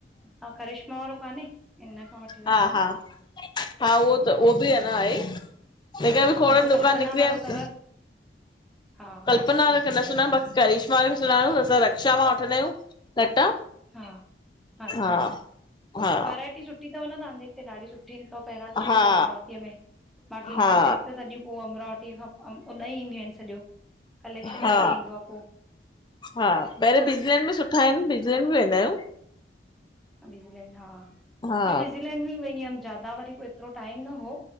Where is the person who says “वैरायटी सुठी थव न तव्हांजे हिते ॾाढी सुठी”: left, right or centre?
Centre